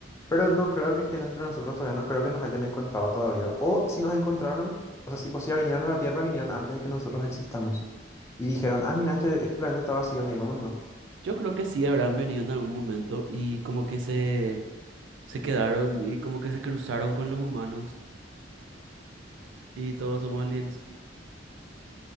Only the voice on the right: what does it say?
Yo creo que sí habrán venido en algún momento y como que se, se quedaron y como que se cruzaron con los humanos y todos somos aliens.